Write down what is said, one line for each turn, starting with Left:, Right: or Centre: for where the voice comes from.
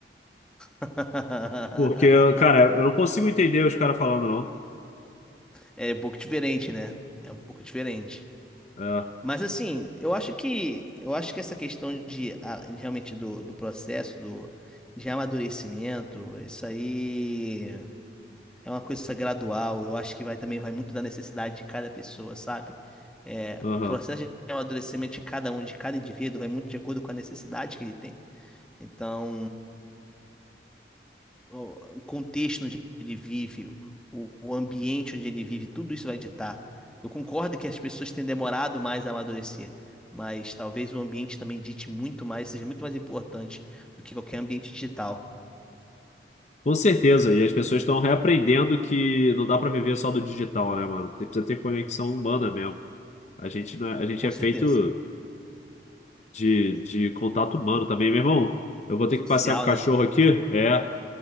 Centre: <laughs>
Left: porque, cara, eu não consigo entender os caras falando, não.
Centre: É um pouco diferente, né? É um pouco diferente.
Left: É,
Centre: Mas assim, eu acho que eu acho que essa questão de a- realmente do, do processo do, de amadurecimento, isso aí é uma coisa gradual. Eu acho que vai também vai muito da necessidade de cada pessoa, sabe? É,
Left: aham.
Centre: o processo de amadurecimento de cada um, de cada indivíduo, vai muito de acordo com a necessidade que ele tem. Então, o, o contexto onde ele vive, o, o ambiente onde ele vive, tudo isso vai ditar. Eu concordo que as pessoas têm demorado mais a amadurecer, mas talvez o ambiente também dite muito mais, seja muito mais importante do que qualquer ambiente digital,
Left: Com certeza, e as pessoas estão reaprendendo que não dá para viver só do digital, né, mano? Você precisa ter conexão humana mesmo. A gente não é, a gente
Centre: com
Left: é
Centre: certeza.
Left: feito de, de contato humano também, meu irmão. Eu vou ter
Centre: Social,
Left: que passear com o cachorro
Centre: né?
Left: aqui? É.